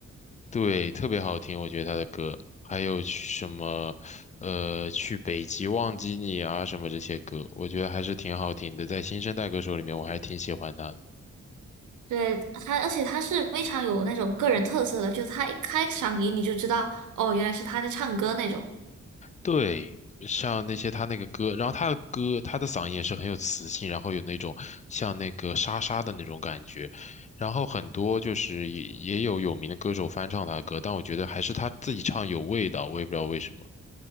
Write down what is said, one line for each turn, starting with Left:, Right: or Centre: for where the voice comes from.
Left: 对对，特别好听，我觉得他的歌。还有去什么呃去北极忘记你啊什么这些歌，我觉得还是挺好听的。在新生代歌手里面，我还挺喜欢他的。
Right: 对他，而且他是非常有那种个人特色的，就他一开嗓音你就知道，哦，原来是他在唱歌那种。
Left: 对，像那些他那个歌，然后他的歌，他的嗓音也是很有磁性，然后有那种像那个沙沙的那种感觉，然后很多就是也也有有名的歌手翻唱他的歌，但我觉得还是他自己唱有味道，我也不知道为什么。